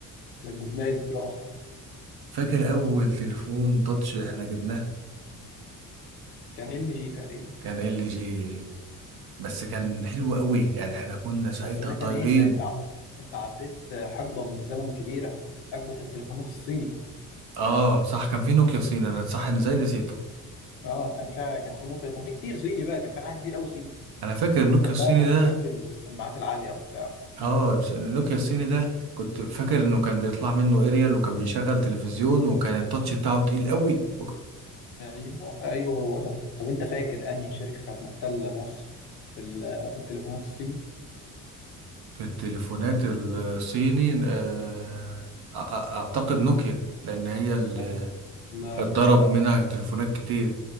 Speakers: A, on the left; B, on the right.
A: اللي بنتميز بيه راح
B: فاكر اول تليفون تاتش احنا جبناه
A: كان ال جي تقريبا
B: كان ال جي بس كان حلو قوي يعني احنا كنا ساعتها
A: بس ده
B: طايرين
A: كان ايه انت انت عد... انت عديت حقبه من الزمن كبيره حقبه التليفونات الصيني
B: اه صح كان في نوكيا صيني انا صح انا زي نسيته
A: اه كان فيها كان في نوكيا كان في كتير صيني بقى كان في حاجات كتير قوي صيني
B: انا فاكر النوكيا
A: كان
B: الصيني
A: بقى مشهورين
B: ده
A: بالسماعات العاليه وبتاع
B: اه النوكيا الصيني ده كنت فاكر انه كان بيطلع منه اريال وكان بيشغل تلفزيون وكان التاتش بتاعه تقيل قوي وك-
A: ايوه ايوه هو ده طب انت فاكر انهي شركه كانت محتله مصر في ال- في التليفونات الصين
B: في التليفونات الصيني آه أ- أ- اعتقد نوكيا لان هي اللي
A: لا لا
B: اتضرب
A: لا
B: منها تليفونات كتير